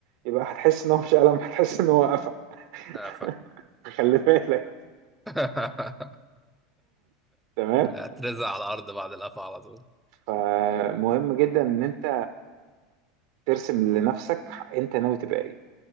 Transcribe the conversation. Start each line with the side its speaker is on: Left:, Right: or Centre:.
Right: يبقى هتحس ان هو مش الم هتحس ان هو قفا
Centre: آه، فاهم
Right: <laughs> خلي بالك
Centre: <laughs>
Right: تمام
Centre: هترزع على الأرض بعد القفا على طول
Right: فمهم جدا ان انت ترسم لنفسك انت ناوي تبقى ايه